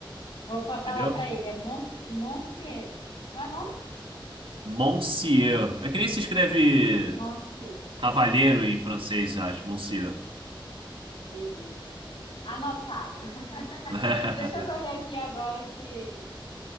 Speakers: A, on the left; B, on the right.
A: Vou pra falar
B: Entendeu?
A: pra ele, é Monse- Monsieur, como é o nome?
B: Monsieur. É que nem se escreve
A: Monsieur.
B: cavalheiro em
A: Uhum.
B: francês, acho. Monsieur.
A: Beleza. Anotado. <laughs>
B: <laughs>
A: Deixa eu correr aqui agora que